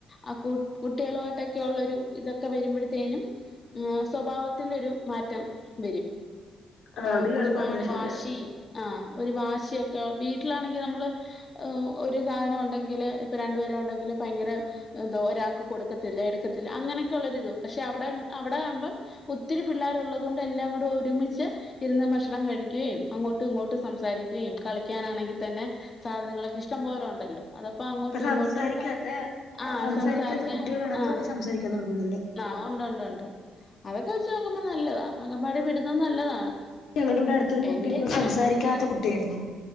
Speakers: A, on the left (about 30°); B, on the left (about 70°).
A: ആ കു കുട്ടികളായിട്ടൊക്കെള്ളൊരു. ഇതൊക്കെ വരുമ്പഴത്തേനും സ്വഭാവത്തിലൊരു മാറ്റം വരും.
B: ആ,
A: ആഹ്
B: അത് ഇയാള്
A: ഒരുപാട്
B: പറഞ്ഞത് ശരിയാണ്
A: വാശി. ആഹ് ഒരു വാശിയൊക്കെ വീട്ടിലാണെങ്കിൽ നമ്മള്. ഒഹ് ഒരു സാധനം ഉണ്ടെങ്കില് ഇപ്പൊ രണ്ടു പേരൊണ്ടങ്കില് ഭയങ്കര എന്തോ ഒരാക്ക് കൊടുക്കത്തില്ല എടുക്കത്തില്ല അങ്ങനെയൊക്കെളൊരുത് പക്ഷെ അവിടെ അവിടെ ആവുമ്പം. ഒത്തിരി പിള്ളാരുള്ളതോണ്ട് എല്ലാംകൂടെ ഒരുമിച്ച്. ഇരുന്ന് ഭക്ഷണം കഴിക്കുകയും അങ്ങോട്ടും ഇങ്ങോട്ടും സംസാരിക്കുകയും കളിക്കാനാണെങ്കിൽ തന്നെ. സാധനങ്ങളൊക്കെ ഇഷ്ടംപോലെ ഉണ്ടല്ലോ. അത്പ്പോ അങ്ങോട്ടും
B: ഇപ്പൊ സംസാരിക്കാത്ത
A: ഇങ്ങോട്ടും ആഹ്
B: സംസാരിക്കാത്ത
A: സംസാരിക്കാൻ
B: കുട്ടികളടക്കം
A: ആഹ്.
B: <inaudible>
A: ആഹ് ഉണ്ട് ഉണ്ട് ഉണ്ട് അതൊക്കെ വെച്ച് നോക്കുമ്പോ നല്ലതാ അങ്ങമ്പാടി വിടുന്നത് നല്ലതാണ്.
B: ഞങ്ങടെവിടെ അടുത്തൊരു കുട്ടി
A: എന്റെ
B: ഇപ്പൊ
A: ഇതില്
B: സംസാരിക്കാത്ത കുട്ടിയായിരുന്നു.